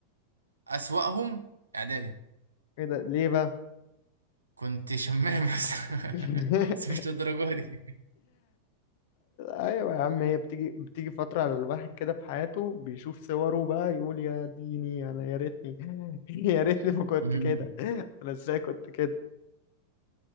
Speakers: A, on the right; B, on the left.
A: اسوأهم اعدادي
B: ايه ده ليه بقى
A: كنت شمام يا اسطى.
B: <laughs>
A: <laughs> بس مش للدرجة دي
B: ايوه يا عم هي بتيجي بتيجي فترة على الواحد كده في حياته بيشوف صوره بقى يقول يا ديني انا يا ريتني <laughs> يا ريتني ما كنت
A: مم.
B: كده انا ازاي كنت كده